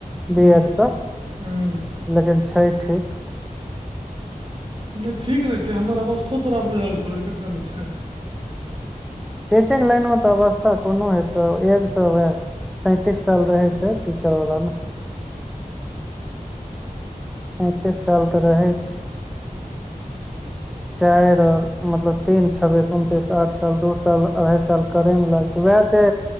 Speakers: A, on the right; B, in the centre.
A: हूँ
B: बी एड सँ
A: हूँ
B: लेकिन छै ठीक
A: नहि ठीक ने छै हमर अवस्थो तोरा बुझल छौ कते ने छै
B: टीचिंग लाइन मे तऽ अवस्था कोनो हेतौ एज तऽ वएह सैंतीस साल रहे छै टीचर वाला में सैंतीस साल तऽ रहै छै चारि मतलब तीन छब्बीस उनतीस आठ साल दू साल अढ़ाई साल करै मे लाग वएह छै